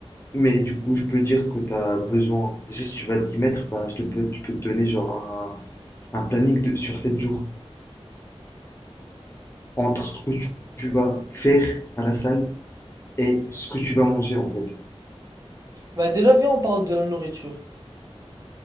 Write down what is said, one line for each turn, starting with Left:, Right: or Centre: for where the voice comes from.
Left: Mais du coup, je peux dire que t'as besoin. Déjà, si tu vas t'y mettre, bah, je te peux, je peux te donner genre un, un planning de, sur 7 jours entre ce que tu, tu vas faire à la salle et ce que tu vas manger en fait.
Right: Bah, déjà, viens, on parle de la nourriture.